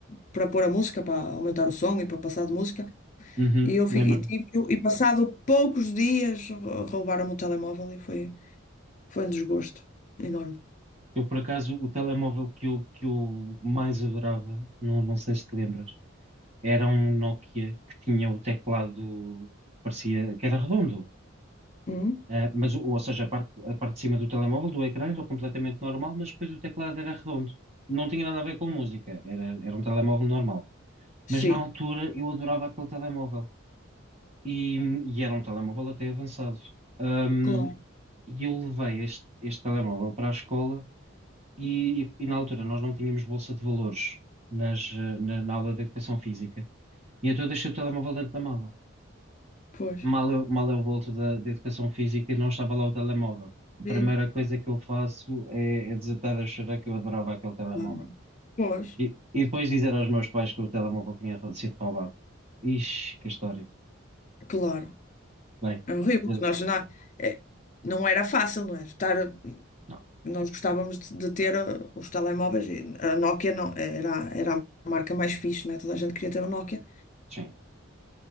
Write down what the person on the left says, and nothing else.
para pôr a música, para aumentar o som e para passar de música.
E eu fiquei,
e, tive- e passado poucos dias rou- roubaram-me o telemóvel e foi, foi um desgosto enorme.
Hum?
Sim,
claro,
pois.
É,
claro. Pois,
claro.
É horrível
que nós não, é, não era fácil, não é? Estar,
nós gostávamos de, de ter uh, os telemóveis. e A Nokia não, era, era a marca mais fixe, não é? Toda a gente queria ter um Nokia.